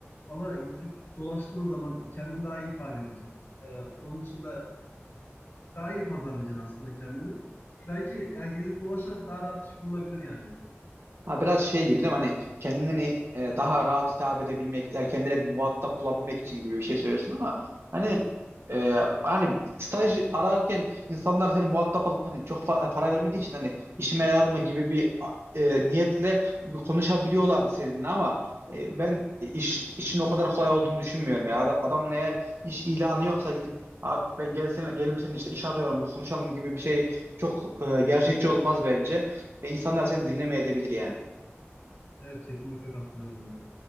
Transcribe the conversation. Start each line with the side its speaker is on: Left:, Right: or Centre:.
Left: Ama gidip dolaştığın zaman kendini daha iyi ifade edeceksin. E, onun dışında daha iyi pazarlayacaksın aslında kendini. Belki yani gezip dolaşarak daha rahat iş bulunabilir yani. Emre.
Right: Ha, biraz şey gibi değil mi? Hani kendini e, daha rahat hitap edebilmek, yani kendine bir muhatap bulabilmek için gibi bir şey söylüyorsun ama hani e, hani staj ararken insanlar seni muhatap alıp hani çok fa- para vermediği için hani işime yarar mı gibi bir e, niyetle bir konuşabiliyorlardı seninle ama e, ben iş işin o kadar kolay olduğunu düşünmüyorum. Yani Ad- adamın eğer iş ilanı yoksa gidip abi ben gel seninle, gelim senin işte iş arıyorum bir konuşalım gibi bir şey çok e, gerçekçi olmaz bence ve insanlar seni dinlemeye edebilir yani.
Left: Evet kesinlikle katılıyorum. Emre.